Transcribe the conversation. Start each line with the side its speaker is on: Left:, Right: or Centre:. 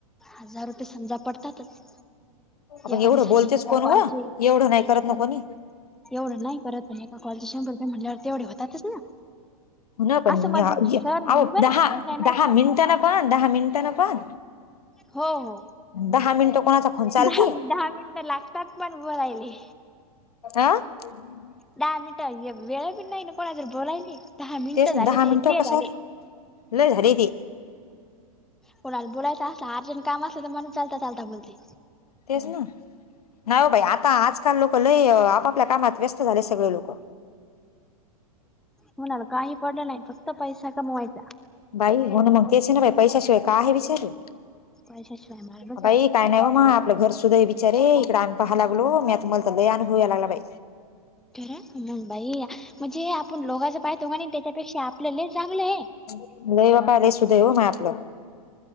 Centre: हजार रुपये समजा पडतातच.
Left: आपण
Centre: एका
Left: एवढं
Centre: दिवसाचे
Left: बोलतेच
Centre: एका
Left: कोण व
Centre: कॉल चे
Left: एवढं नाही करत
Centre: एका
Left: ना कोणी
Centre: एवढं नाही करत पण- <unintelligible> कॉल चे शंभर रुपये म्हटल्यावर तेवढे होतातच ना.
Left: न पण
Centre: असं मला
Left: य ह
Centre: सर
Left: य
Centre: म्हणे
Left: अहो
Centre: बरं
Left: दहा
Centre: मला काही माहित
Left: दहा
Centre: नाही
Left: मिन त्यान पण दहा मिंनट ना पण
Centre: हो हो
Left: दहा मिंनट कोणाचा फोन चालते
Centre: दहा म दहा मिनटं लागतात पण बोलायले.
Left: अ. <unintelligible>
Centre: दाहा मिनंट यग वेळ भी नाही ना, कोणाजोळ बोलायले. दहा मिनिटं
Left: तेस ना
Centre: झाले
Left: दहा
Centre: ते
Left: मिनटो
Centre: ले
Left: कशात
Centre: झाले
Left: लय झाली ते.
Centre: कोनाल बोलायचं आसल आर्जन काम आसल तर माणूस चालता चालता बोलते.
Left: तेच ना हाव बाई आता आजकाल लोक लय आपापल्या कामात व्यस त झाले सगळे लोक.
Centre: म्हणाल काही पडलं नाही फक्त पैसा कमवायचा.
Left: बाई होन मंग तेच ना, बाई पैशशिवाय काय हे विचारे
Centre: पैशाशिवाय मार्गच
Left: बई काय नाही व मा आपलं घर सुद्धा बिचारे इकडे आम पाहा लागलो मी आता मल अनुभव याय लागला बाई.
Centre: तर मंग बाई म्हणजे आपण लोगाचं पायतो कणि त्याच्यापेक्षा आपलं लई चांगलं हे.
Left: <unintelligible> नाही बाबाले सुदैव मन आपलं